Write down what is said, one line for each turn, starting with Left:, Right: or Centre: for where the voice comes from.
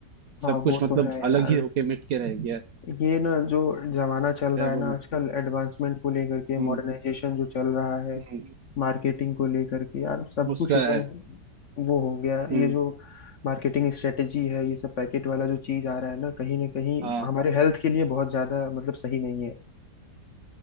Left: हाँ
Right: सब कुछ
Left: वो
Right: मतलब
Left: तो है
Right: अलग
Left: यार
Right: ही होके मिट के रह गया है
Left: ये ना जो जमाना चल
Right: क्या
Left: रहा है
Right: बोलूं
Left: ना आजकल एडवांसमेंट को लेकर के
Right: हम्म
Left: मॉडर्नाइजेशन जो चल रहा है
Right: हम्म
Left: मार्केटिंग को लेकर के यार सब
Right: उसका
Left: कुछ एकदम
Right: है
Left: वो हो गया है।
Right: हम्म
Left: ये जो मार्केटिंग स्ट्रेटेजी है ये सब पैकेट वाला जो चीज आ रहा है ना कहीं ना कहीं
Right: हाँ
Left: हमारे हेल्थ के लिए बहुत ज्यादा मतलब सही नहीं है